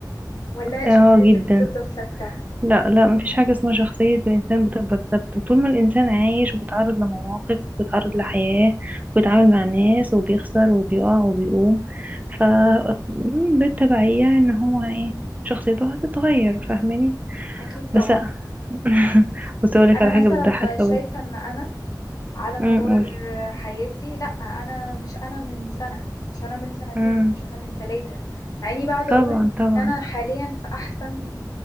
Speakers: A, on the left (about 55°); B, on the right (about 20°).
A: ولا
B: اه
A: شخصيتك
B: جدا
A: بتفضل ثابتة؟
B: لا لا مفيش حاجة اسمها شخصية الإنسان بتفضل ثابتة طول ما الإنسان عايش وبيتعرض لمواقف وبيتعرض لحياة وبيتعامل مع ناس وبيخسر وبيقع وبيقوم ف م- بالتبعية إن هو إيه شخصيته هتتغير فاهماني
A: أكيد طبعا
B: بس <laughs> بس أقولك
A: أنا
B: على حاجة
A: مثلا
B: بتضحك
A: شايفة
B: قوي
A: إن أنا على مدار
B: أمم، قولي
A: حياتي لا انا مش انا من سنة مش انا من سنتين
B: أمم،
A: مش انا من ثلاثة مع اني بقعد اقول
B: طبعا طبعا
A: ان انا حاليا في احسن